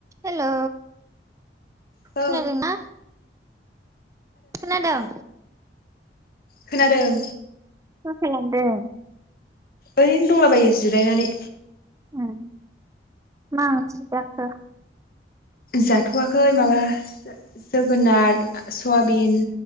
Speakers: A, on the right; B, on the left.
A: हेलौ
B: औ
A: खोनादों ना खोनादों
B: खोनादों
A: मा खालामदों
B: ओरैनो दंलाबायो जिरायनानै
A: उम मा ओंख्रि जाखो?
B: जाथ'वाखै माबा जोगोनार सुवाबिन